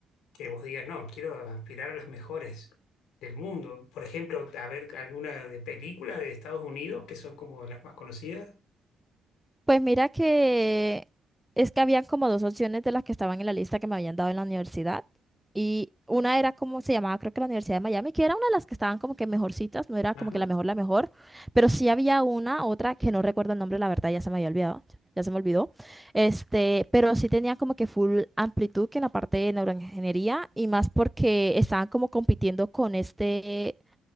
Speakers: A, on the left; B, in the centre.
A: que vos digas, no, quiero aspirar a las mejores del mundo. Por ejemplo, a ver alguna de película de Estados Unidos, que son como las más conocidas.
B: Pues mira que es que habían como dos opciones de las que estaban en la lista que me habían dado en la universidad. Y una era como se llamaba, creo que la Universidad de Miami, que era una de las que estaban como que mejorcitas, no era
A: Ajá.
B: como que la mejor, la mejor, pero sí había una, otra que no recuerdo el nombre, la verdad ya se me había olvidado, ya se me olvidó. Este, pero sí tenía como que full amplitud que en la parte de neuroingeniería y más porque estaban como compitiendo con este